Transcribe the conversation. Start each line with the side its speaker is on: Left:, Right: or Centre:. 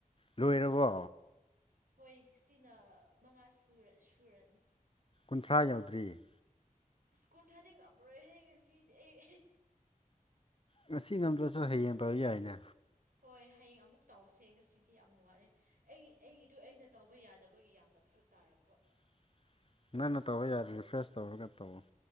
Left: ꯂꯣꯏꯔꯕꯣ
Right: ꯍꯣꯏ ꯁꯤꯅ ꯃꯉꯥ ꯁꯨꯔ ꯁꯨꯔꯅꯤ
Left: ꯀꯨꯟꯊ꯭ꯔꯥ ꯌꯥꯎꯗ꯭ꯔꯤ
Right: ꯑꯁ ꯀꯨꯟ ꯊꯥꯗꯤ ꯉꯝꯃꯔꯣꯏꯍꯦ ꯉꯁꯤꯗꯤ ꯑꯩ
Left: ꯉꯁꯤ ꯉꯝꯗ꯭ꯔꯁꯨ ꯍꯌꯦꯡ ꯇꯧ ꯌꯥꯏꯅꯦ
Right: ꯍꯣꯏ ꯍꯌꯦꯡ ꯑꯃꯨꯛ ꯇꯧꯁꯦ ꯉꯁꯤꯗꯤ ꯌꯥꯝ ꯋꯥꯔꯦ ꯑꯩ ꯑꯩꯗꯣ ꯑꯩꯅ ꯇꯧꯕ ꯌꯥꯗꯕꯒꯤ ꯌꯥꯝꯅ ꯐꯩ ꯐꯔꯛ ꯇꯥꯔꯛꯄ
Left: <inaudible> ꯀꯟꯅ ꯇꯧꯕ ꯌꯥꯔꯦ ꯔꯤꯐ꯭ꯔꯦꯁ ꯇꯧꯔꯒ ꯇꯧ